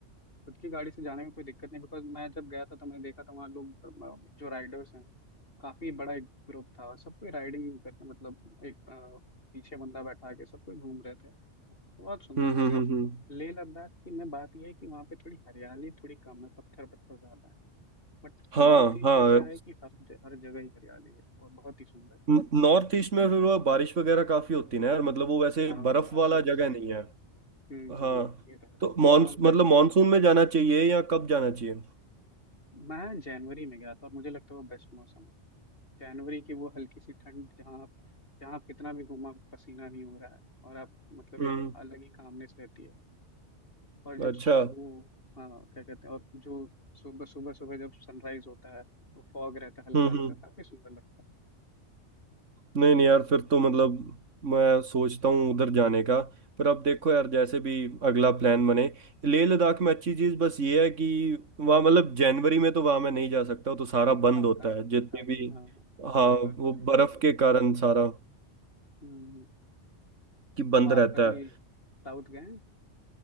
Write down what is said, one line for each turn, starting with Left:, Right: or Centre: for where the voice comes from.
Left: खुद की गाड़ी से जाने में कोई दिक्कत नहीं बिकॉज मैं जब गया था तो मैंने देखा था वहाँ लोग अ, जो राइडर्स हैं काफी बड़ा एक ग्रुप था और सब कोई राइडिंग करके मतलब एक अ, पीछे बंदा बैठा के सब कोई घूम रहे थे बहुत सुंदर
Right: हम्म हम्म
Left: जगह है
Right: हम्म हम्म।
Left: लेह लद्दाख की में बात यह है कि वहाँ पे थोड़ी हरियाली थोड़ी कम है पत्थर पत्थर ज्यादा है बट
Right: हाँ
Left: नॉर्थ ईस्ट
Right: हाँ
Left: में क्या है कि हर ज- हर जगह ही हरियाली है और बहुत ही सुंदर
Right: नॉर्थ ईस्ट में फिर वो बारिश वगैरह काफी होती है ना यार मतलब वो वैसे
Left: हाँ हाँ,
Right: बर्फ वाला
Left: असम साइड
Right: जगह नहीं है
Left: हम्म हम्म,
Right: हाँ
Left: ये तो है
Right: तो मॉनस
Left: असम
Right: मतलब
Left: साइड का
Right: मानसून में जाना चाहिए या कब जाना चाहिए
Left: मैं जनवरी में गया था और मुझे लगता है वो बेस्ट मौसम है जनवरी की वो हल्की सी ठंड जहाँ आप जहाँ आप कितना भी घूमो आपको पसीना नहीं हो रहा है और आप मतलब
Right: हम्म
Left: एक अलग ही कामनेस रहती है और जब
Right: अच्छा
Left: सु- वो हाँ क्या कहते हैं और जो सुबह सुबह सुबह जब सनराइज होता है तो फॉग रहता है हल्का
Right: हम्म
Left: हल्का
Right: हम्म
Left: काफी सुंदर लगता
Right: नहीं नहीं यार फिर तो मतलब मैं सोचता हूँ उधर जाने का पर अब देखो यार जैसे भी अगला प्लान बने लेह लद्दाख में अच्छी चीज़ बस ये है कि वहाँ मतलब जनवरी में तो वहाँ मैं नहीं जा सकता तो सारा बंद
Left: है हाँ
Right: होता
Left: का,
Right: है जितने
Left: काफी
Right: भी
Left: हाँ हाँ काफी
Right: हाँ
Left: बर्फबारी
Right: वो
Left: हो जाती
Right: बर्फ
Left: है
Right: के कारण सारा
Left: हम्म
Right: कि बंद
Left: तो आप
Right: रहता
Left: कभी
Right: है
Left: साउथ गए हैं